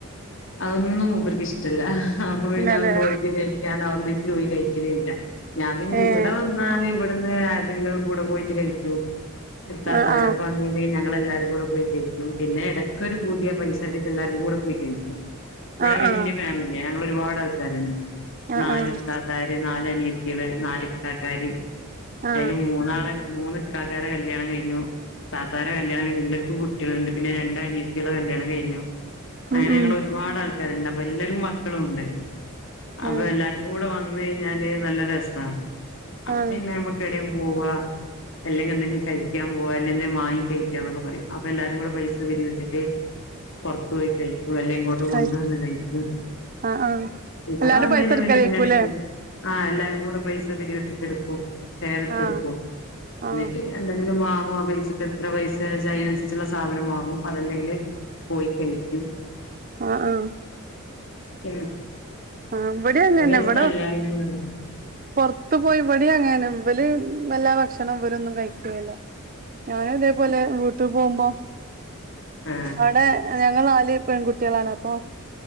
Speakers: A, on the left; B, on the right.
A: അതൊന്നും മൂപ്പർക്ക് ഇഷ്ടല്ല അപ്പൊ പിന്നെ
B: ഇല്ലല്ലേ
A: പോയിട്ട് കഴിക്കാനൊ ഒന്നിച്ച് പോയി കഴി ക്കലേ ഇല്ല ഞാൻ പിന്നെ
B: ഏഹ്
A: ഇവിടെ വന്നാല് ഇവിടുന്ന് ആരുടെങ്കിലൊക്കെ കൂടെ പോയിട്ട് കഴിക്കും. ഇത്താത്തവരൊക്കെ
B: ആഹ് ആഹ്
A: വന്നേണ്ടെങ്കി ഞങ്ങളെല്ലാരും കൂടെ പോയി കഴിക്കും. പിന്നെ ഇടക്കൊരു പൂതിയാ പൈ സഡിട്ട്ള്ള എല്ലാരും കൂടെ പോയി കഴിക്കും. ഇവിടെ
B: ആഹ്
A: വല്യയ
B: ആഹ്
A: ഫാമിലിയാ. ഞങ്ങള് ഒരുപാട് ആൾക്കാര്ണ്ട്
B: ആഹ്
A: നാല്
B: ആഹ്
A: ഇത്താ താത്താര് നാല് അനിയത്തേള് നാല് ഇക്കാക്കാര്
B: ആഹ്
A: അയ്ല് മൂന്നാളെ മൂന്ന് ഇക്കാക്കാരെ കല്യാണം കയ്ഞ്ഞു താത്താരെ കല്യാണം കയ്ഞ്ഞു എല്ലർക്കും കു ട്യള്ണ്ട് പിന്നെ രണ്ട് അനിയത്തെളെ കല്യാണം കയ്ഞ്ഞു
B: ഉം
A: അങ്ങനെ
B: ഉം
A: ഞങ്ങൾ ഒരു ഒരുപാട് ആൾക്കാര്ണ്ട് അപ്പം എല്ലരും മക്കളും ഉണ്ട് അപ്പം
B: ഏഹ്
A: എല്ലാ രുംകൂടെ വന്ന് കയ്ഞ്ഞാല് നല്ല രസ അപ്പം
B: ആഹ്
A: പിന്നെ നമ്മക്ക് എടെം പോവാ അല്ലെങ്കിൽ എന്തെങ്കിം കയ്ക്കാൻ പോവാ അല്ലെങ്കി എന്തെം മാങ്ങി കയ്ക്കാന്നൊക്കെ പറിം അപ്പൊ എല്ലാരും കൂടെ പൈ പൈസ പിരിവിട്ടിട്ട് പൊറത്ത് പോയി കയ്ക്കും അല്ലെ ഇങ്ങോ ട്ട്
B: കഴി
A: കൊണ്ട് വന്ന് കയ്ക്കും
B: ആഹ് ആഹ്
A: ഇവടെ
B: എല്ലാരും
A: വന്ന്
B: പൈസ
A: കയ്ഞ്ഞാ
B: എടുക്കലേക്കൂല്ലേ
A: പിന്നെ എടയ്ക്കൊരു ആഹ് എല്ലാരും കൂടെ പൈസ പിരിവിട്ട്ട്ട് എടുക്കും ഷെയറിട്ട്
B: ആഹ്
A: എടുക്കും
B: ആഹ്
A: എന്നിട്ട് എന്തെങ്കിലും വാങ്ങും ആഹ് പൈസക്ക് എത്ര പൈസ അയിനനുസരിച്ള്ള സാധനം വാങ്ങും അതല്ലെങ്കി പോയി കൈക്കും
B: ആഹ് ആഹ്
A: ഏ
B: ആഹ് ഇവിടേം അങ്ങന്നെ
A: ഒരു
B: ഇവിടെ
A: സം എല്ലാരും കൂടെ ഉം
B: പൊറത്ത് പോയി ഇവടിം അങ്ങനെന്നെ ഇവല് വല്ലാ ഭക്ഷണം ഇവലൊന്നും കയിക്കൂല ഞാനും ഇതേപോലെ വീട്ട് പോവുമ്പം
A: ആഹ്
B: അടെ ഞങ്ങൾ നാല് പെൺകുട്ടേളാണ് അപ്പൊ